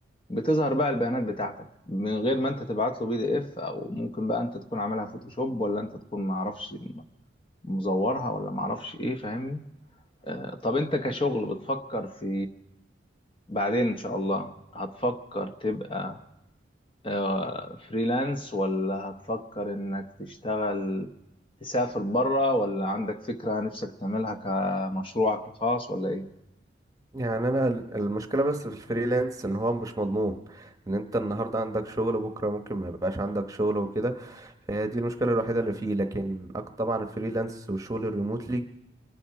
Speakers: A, on the left (about 25°); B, on the right (about 20°).
A: بتظهر بقى البيانات بتاعتك من غير ما انت تبعت له بي دي اف او ممكن بقى انت تكون عاملها فوتوشوب ولا انت تكون معرفش مزورها ولا معرفش ايه فاهمني آه طب انت كشغل بتفكر في بعدين ان شاء الله هتفكر تبقى آه فريلانس ولا هتفكر انك تشتغل تسافر بره ولا عندك فكرة نفسك تعملها كمشروعك الخاص ولا ايه
B: يعني انا ال- المشكله بس في الفريلانس ان هو مش مضمون ان انت النهارده عندك شغل بكره ممكن ما يبقاش عندك شغل وكده فهي دي المشكله الوحيده اللي فيه لكن أك- طبعا الفريلانس والشغل الريموتلي